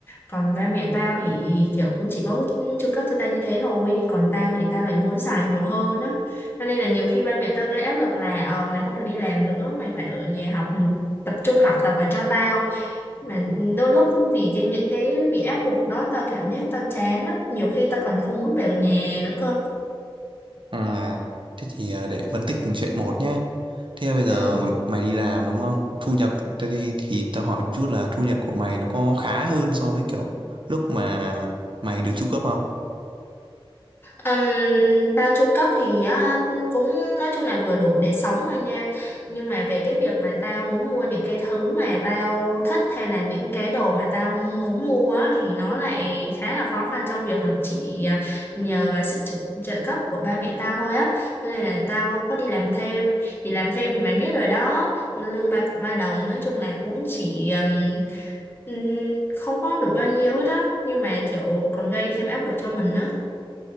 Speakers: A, on the left; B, on the right.
A: còn ba mẹ tao thì kiểu cũng chỉ có chu cấp cho tao như thế thôi còn tao thì tao lại muốn xài nhiều hơn á cho nên là nhiều khi ba mẹ tao gây áp lực là ờ mày không được đi làm nữa mày phải ở nhà học ừ, tập trung học tập và cho tao mà đôi lúc vì cái những cái bị áp buộc đó tao cảm giác tao chán á nhiều khi tao còn không muốn về nhà nữa cơ
B: À, thế thì à, để phân tích từng chuyện một nhé. Thế bây giờ
A: ừ
B: m- mày đi làm đúng không? Thu nhập, thế thì, thì tao hỏi một chút là thu nhập của mày nó có khá hơn so với kiểu lúc mà mày được tru cấp không?
A: Ừm, bao chu cấp thì á, cũng nói chung là vừa đủ để sống thôi nha nhưng mà về cái việc mà tao muốn mua những cái thứ mà tao thích hay là những cái đồ mà tao muốn mua á, thì nó lại khá là khó khăn trong việc mà chỉ à, nhờ vào sự chủ, trợ cấp của ba mẹ tao thôi á Cho nên là tao có đi làm thêm thì làm thêm thì mày biết rồi đó lương ba cọc ba đồng nói chung là cũng chỉ ừm, ừm, không có được bao nhiêu hết á nhưng mà kiểu còn gây thêm áp lực cho mình á